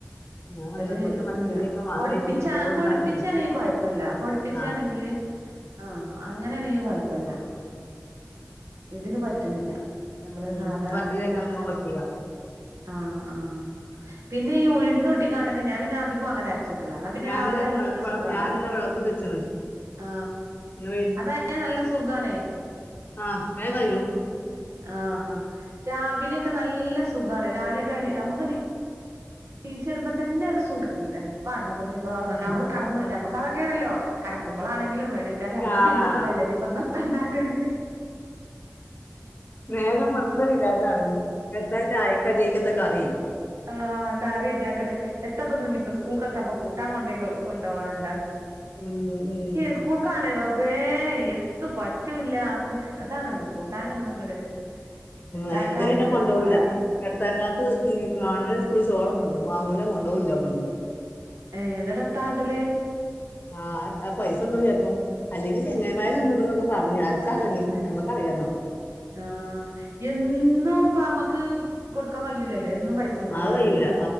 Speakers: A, on the left; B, on the right.
A: ഞാൻ വന്നപ്പോത്തിന്
B: ഒരു ഇതില്ല
A: പച്ചരിയൊക്കെ വാങ്ങി
B: പൊടിപ്പിച്ച
A: വെച്ചിന് ചോറുണ്ടാക്കാൻ
B: പൊടിപ്പിച്ചാണെങ്കി കൊഴപ്പില്ല പൊടിപ്പിച്ചാണെങ്കില്
A: ആഹ്
B: ആ അങ്ങനെയ ആണെങ്കി നോക്കല്ല ഇതിന് പറ്റണില്ല നമ്മള്
A: ഉം
B: സാധാ
A: ഇത് പച്ചരിയൊക്കെ
B: അങ്ങനെ ഇണ്ടാക്കണ
A: ആവുമ്പോ പറ്റൂല
B: ആ ആ പിന്നെ ഈ ഉഴന്ന് ഊട്ടികണ്ട് ഞാൻ പിന്നെ അധികം അങ്ങനെ അരച്ചട്ട എന്നാ പിന്നെ
A: ഞാനിന്ന്
B: രാവിലെ നല്ല സുഖമാണല്ലോ
A: ഞാനിന്ന് വെള്ളത്തിട്ട് വെച്ച്ണ്
B: ആ
A: ഇന്ന്
B: അതായ നല്ല സുഖണേ
A: ആ വേ കയ്യും
B: ആ രാവിലെയൊക്കെ നല്ല സുഖാണ് രാവിലെയൊക്കെ ആ നമുക്ക് നീ നീ ചെരുമ്പോ തന്നെ ഒരു സൂ എളുപ്പ നിപ്പോ നമ്മള്
A: ഉം
B: കടന്നു അതൊക്കെയാനല്ലോ കടക്കുമ്പോളനെങ്കിലും വിട്ടാല് നമ്മളെ
A: ആഹ്
B: ചിന്താ പതല്ലേ ഇനിയിപ്പൊ ന്ന് താ ഉണ്ടാക്കേണ്ടെ
A: നേല വെള്ക്കു ഇല്ലാതാണന്ന് എത്താച്ചയക്കടി ആയിക്കത്ത കറി
B: ആ കറി ഇതാക്കട് എത്തപ്പ ഇ ഇപ്പ സ്കൂൾ കത്താപ്പ കൂട്ടാൻ കൊണ്ട് കൊണ്ടവാണ്ട
A: ഉം ഉം
B: സ്കൂൾക് ആണേ <unintelligible> വേ എത്തു പറ്റൂല്ല ഹ്‌ അതാണ് കൂട്ടാനൊന്നും ഇങ്ങട് ഇണ്ടാക്കാന്ള്ള
A: അതിന്റെ പിന്നെ കൊണ്ടുപോകില്ല
B: ഒരു പണീന്ന്
A: എട്ടാം ക്ലാസ് ഈ ഗവൺമെന്റ് സ്കൂളിൽ ചോറൊക്കെ ഉണ്ട് വാങ്ങൂല കൊണ്ടുപോകില്ല ഇവിടുന്ന്
B: ഏ ഇന്നിട്ട് എത്ത ആട്ടല്.
A: ആ പൈസ ഉണ്ടോ ചേപ്പോ അല്ലെങ്കിൽ ചെങ്ങനമാന്നൊക്കെ പറഞ്ഞു ആർക്കറിയാം
B: ഏ
A: നമ്മക്കറിയില്ലല്ലോ
B: ആ എന്നും ഇപ്പ നമ്മക്ക് കൊടുക്കാൻ കഴിലല്ലോ എന്നും പൈസ
A: അത്
B: കയ്യിൽ
A: കഴിയൂല